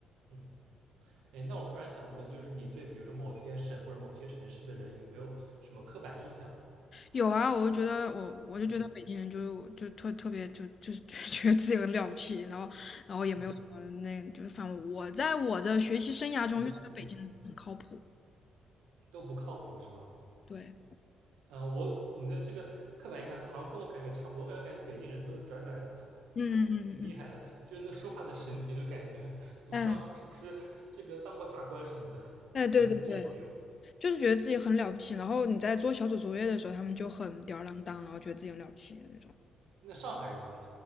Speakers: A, on the right (about 85°); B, on the left (about 45°).
A: 嗯。哎，那我突然想问，就是你对比如说某些省或者某些城市的人有没有什么刻板印象？
B: 有啊，我就觉得我我就觉得北京人就就特特别就就是就
A: 嗯
B: <laughs> 觉得自己很了不起，然后然后也没有什么那就是反正我在我的学习生涯中遇到的北京人很靠谱，
A: 嗯嗯嗯，嗯都不靠谱是吗？
B: 对，
A: 啊、呃我你的这个刻板印象好像跟我感觉差不多，我感觉感觉北京人都是拽拽的，<laughs>
B: 嗯嗯嗯嗯，
A: 挺厉害的，就是那说话的神情，就感觉祖上是不是这个当过大官什么的，
B: 嗯，哎哎，对对对，
A: 可能其实也没有。
B: 就是觉得自己很了不起，然后你在做小组作业的时候，他们就很吊儿郎当，然后觉得自己很了不起的那种。
A: 那上海人的，